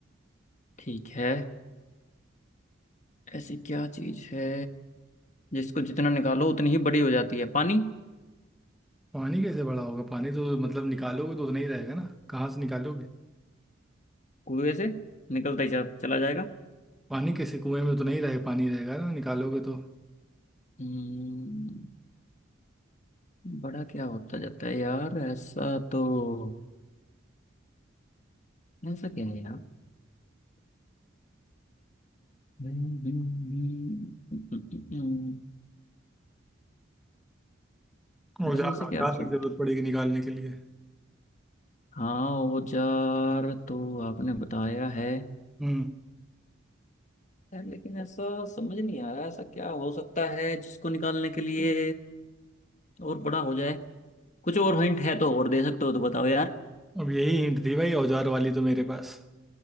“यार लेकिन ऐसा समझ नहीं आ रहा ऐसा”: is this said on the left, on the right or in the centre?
Left